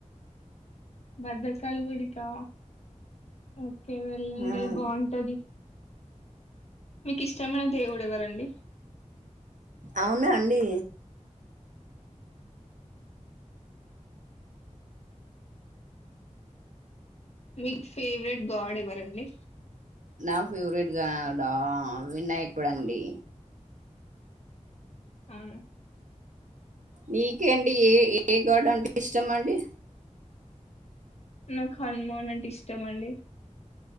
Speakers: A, on the left (about 55°); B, on the right (about 75°).
A: భద్రకాళి గుడికా ఓకే వెళ్ళండి
B: ఉమ్
A: బాగుంటది మీకు ఇష్టమైన దేవుడు ఎవరండి
B: అవునా అండి
A: మీ ఫేవరెట్ గాడ్ ఎవరండి
B: నా ఫేవరెట్ గాడ్ ఆ వినాయకుడు అండి
A: అవున
B: నీకేండి ఏ ఏ గాడ్ అంటే ఇష్టం అండి
A: నాకు హనుమాన్ అంటే ఇష్టం అండి